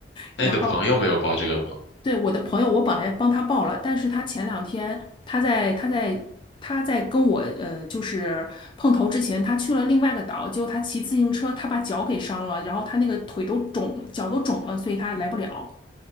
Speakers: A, on the left; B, on the left.
A: 然后。
B: 那你的朋友没有报这个吗？
A: 对，我的朋友，我本来帮他报了，但是他前两天他在他在他在跟我呃，就是碰头之前，他去了另外一个岛，结果他骑自行车，他把脚给伤了，然后他那个腿都肿，脚都肿了，所以他来不了。